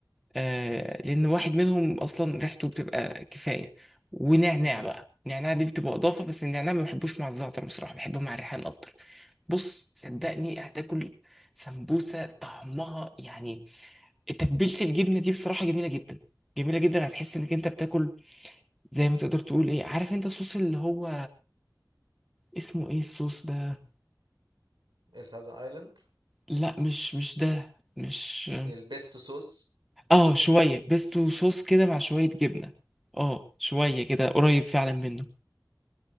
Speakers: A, in the centre; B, on the right.
A: آه لان واحد منهم اصلا ريحته بتبقى كفايه ونعناع
B: مم.
A: بقى النعناع دي بتبقى اضافه بس النعناع ما بحبوش مع الزعتر بصراحه بحبه مع الريحان اكتر بص صدقني هتاكل سمبوسه طعمها يعني تتبيله الجبنه دي بصراحه جميله جدا جميله جدا هتحس انك انت بتاكل زي ما تقدر تقول ايه عارف انت الصوص اللي هو اسمه ايه الصوص ده
B: الساوزن ايلاند
A: لا مش مش ده مش
B: البيستو صوص
A: اه شويه بيستو صوص كده مع شويه جبنه اه شويه كده قريب فعلا منه